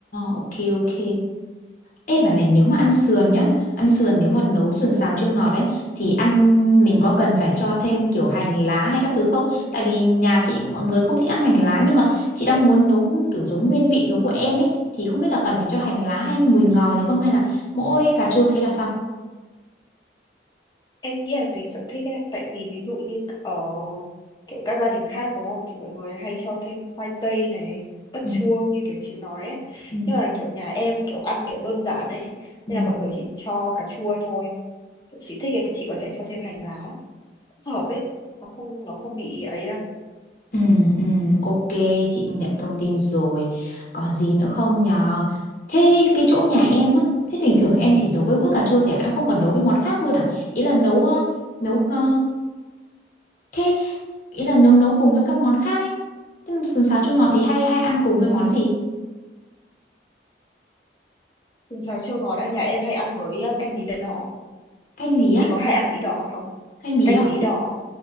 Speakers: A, on the left; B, on the left.
A: ok ok. Ê bà này nếu mà ăn sườn nhá, ăn sườn nếu mà nấu sườn xào chua ngọt đấy, thì ăn mình có cần phải cho thêm kiểu hành lá hay các thứ không? Tại vì nhà chị cũng- mọi người không thích ăn hành lá nhưng mà chị đang muốn nấu kiểu giống nguyên vị giống của em ấy thì không biết là cần phải cho hành lá hay mùi ngò gì không hay là mỗi cà chua thế là xong.
B: em nghĩ là tùy sở thích ấy tại vì ví dụ như ở kiểu các gia đình khác đúng không thì mọi người hay cho thêm khoai tây này ớt
A: Ừ,
B: chuông như kiểu chị nói ấy
A: ừ,
B: nhưng mà kiểu nhà em kiểu ăn kiểu đơn giản ấy
A: ừ.
B: nên là mọi người chỉ cho cà chua thôi chị thích thì chị có thể cho thêm hành lá hợp ấy nó không nó không bị ấy đâu
A: Ừ, ừ, ok, chị nhận thông tin rồi. Còn gì nữa không nhờ? Thế cái chỗ nhà em á, thế thỉnh thường em chỉ nấu với mỗi cà chua thôi à? Em không còn nấu với món khác luôn à? Ý là nấu ờ, nấu ờ, thế ý là nấu nấu cùng với các món khác ấy. Thế mà sườn xào chua ngọt thì hay hay ăn cùng với món gì?
B: sườn xào chua ngọt á nhà em hay ăn với ờ, canh bí đỏ
A: Canh gì
B: chị
A: á?
B: có hay ăn bí đỏ không
A: Canh bí
B: canh
A: đỏ.
B: bí đỏ